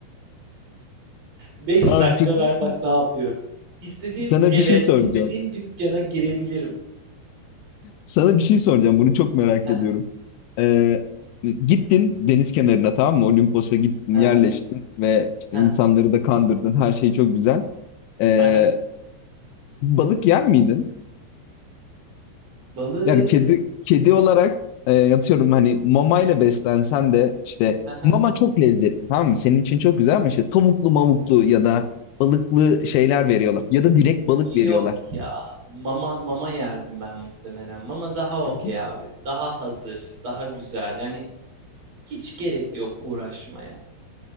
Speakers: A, on the right; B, on the left.
A: Beş
B: Abi
A: dakika
B: çok- iyi.
A: ver bak ne yapıyorum. İstediğim
B: sana
A: eve,
B: bir şey soracağım.
A: istediğim dükkana girebilirim.
B: Sana bir şey soracağım. Bunu çok merak
A: Heh,
B: ediyorum. Ee, gittin deniz kenarına tamam mı? Olimpos'a gittin,
A: aha,
B: yerleştin ve işte
A: heh,
B: insanları da kandırdın. Her şey çok güzel. Ee,
A: aha.
B: balık yer miydin?
A: Balık.
B: Yani kedi kedi olarak e, yatıyorum hani mamayla beslensen de işte
A: aha.
B: mama çok lezzetli tamam mı? Senin için çok güzel ama işte tavuklu mamuklu ya da balıklı şeyler veriyorlar. Ya da direkt balık veriyorlar.
A: Yok ya. Mama mama yerdim ben muhtemelen. Mama daha okey
B: Hı hı.
A: abi. Daha hazır, daha güzel. Yani Hiç gerek yok uğraşmaya.